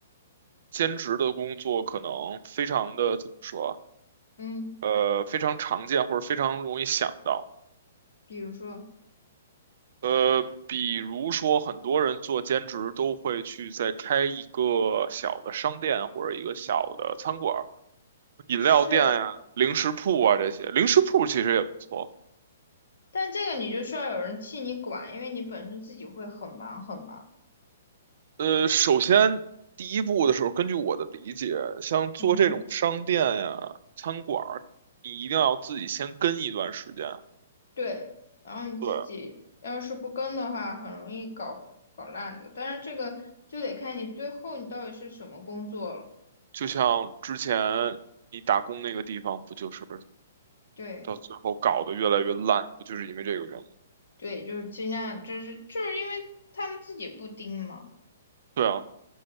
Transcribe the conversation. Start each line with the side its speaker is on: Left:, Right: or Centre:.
Right: 兼职的工作可能非常的怎么说
Left: 嗯，
Right: 啊，呃，非常常见或者非常容易想到。
Left: 比如说
Right: 呃，比如说，很多人做兼职都会去再开一个小的商店或者一个小的餐馆儿、饮料店呀、
Left: 是，
Right: 零食铺啊这些。零食铺其实也不错。
Left: 但这个你就需要有人替你管，因为你本身自己会很忙很忙。
Right: 呃，首先第一步的时候，根据我的理解，像做这种商店呀、
Left: 嗯，
Right: 餐馆儿，你一定要自己先跟一段时间。
Left: 对，然后你自己要是不跟的话，
Right: 对，
Left: 很容易搞搞烂的。但是这个就得看你最后你到底是什么工作了。
Right: 就像之前你打工那个地方，不就是
Left: 对
Right: 到最后搞得越来越烂，不就是因为这个原因？
Left: 对，就是尽量，就是就是因为他们自己不盯嘛。
Right: 对啊。